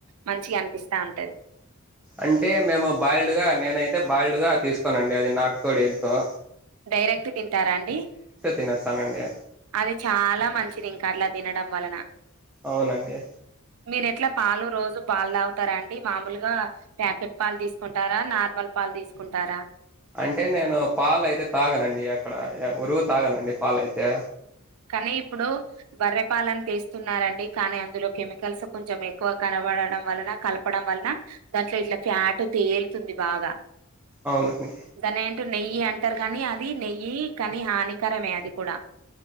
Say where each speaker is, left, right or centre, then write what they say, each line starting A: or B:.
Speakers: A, on the right; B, in the centre.
A: మంచిగా అనిపిస్తా ఉంటది
B: అంటే మేము బాల్డ్గా నేనైతే బాల్డ్గా తీసుకోన అండి అది నాటుకోడి ఎక్కవ
A: డైరెక్ట్ తింటారా అండి
B: తినేస్తానండి
A: అది చాలా మంచిది ఇంక అట్లా తినడం వలన
B: అవునండి
A: మీరు ఎట్లా పాలు రోజు పాలు తాగుతారాండి మామూలుగా ప్యాకెట్ పాలు తీసుకుంటారా నార్మల్ పాలు తీసుకుంటారా
B: అంటే నేను పాలయితే తాగనండి అక్కడ రోజు తాగనండి పాలయితే
A: కానీ ఇప్పుడు బర్రెపాలను తీస్తున్నారండి కానీ అందులో కెమికల్స్ కొంచెం ఎక్కువ కన పడడం వలన కలపడం వలన దాంట్లో ఇట్లా ఫ్యాట్ తేలుతుంది బాగా
B: అవునండి
A: దాని ఏంటో నెయ్యి అంటారు కానీ అది నెయ్యి కానీ హానికరమే అది కూడా